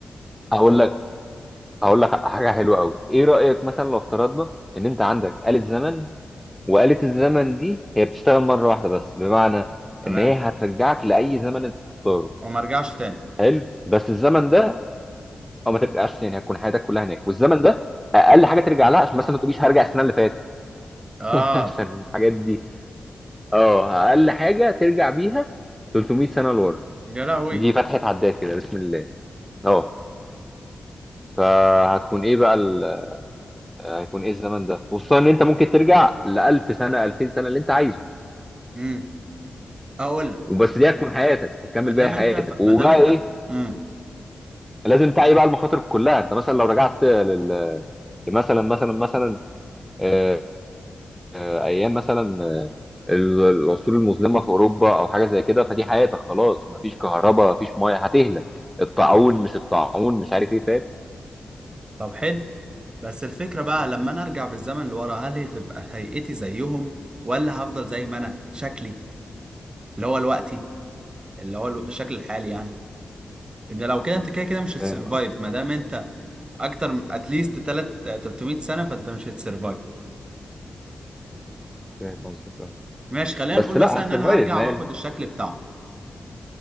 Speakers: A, in the centre; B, on the right (about 35°).
A: هقول لك هقول لك حاجه حلوه قوي ايه رايك مثلا لو افترضنا ان انت عندك آلة زمن وآلة الزمن دي هي بتشتغل مره واحده بس بمعنى
B: تمام
A: ان هي هترجعك لاي زمن انت تختاره
B: وما رجعش تاني
A: حلو بس الزمن ده او ما ترجعش يعني هتكون حياتك كلها هناك والزمن ده اقل حاجه ترجع لها عشان مثلا ما تقوليش هرجع السنه اللي فاتت
B: اه
A: <laughs> عشان الحاجات دي اه اقل حاجه ترجع بيها 300 سنه لورا
B: يا لهوي
A: دي فتحه عداد كده بسم الله اه فهتكون ايه بقى ال... هيكون ايه الزمن ده خصوصا ان انت ممكن ترجع ل 1000 سنه 2000 سنه اللي انت عايزه
B: امم اقول لك
A: وبس دي هتكون حياتك هتكمل
B: ما دام
A: باقي
B: انت
A: حياتك
B: ف...
A: وبقى
B: ما دام انت
A: ايه
B: امم
A: لازم تعي بقى المخاطر كلها انت مثلا لو رجعت لل... مثلا مثلا مثلا آه، آه، ايام مثلا ال- العصور المظلمه في اوروبا او حاجه زي كده فدي حياتك خلاص مفيش كهرباء مفيش ميه هتهلك الطاعون مش الطاعون مش عارف ايه
B: طب حلو بس الفكرة بقى لما أنا أرجع بالزمن لورا هل هتبقى هيئتي زيهم ولا هفضل زي ما أنا شكلي اللي هو الوقتي اللي هو الو- الشكل الحالي يعني إن لو كده أنت كده كده مش هتسرفايف
A: فاهم
B: ما دام أنت أكتر من أتليست تلات 300 سنة فأنت مش هتسرفايف
A: فاهم قصدك اه
B: ماشي خلينا
A: بس
B: نقول مثلا
A: لا هتسرفايف
B: إن أنا هرجع
A: مان
B: وآخد الشكل بتاعهم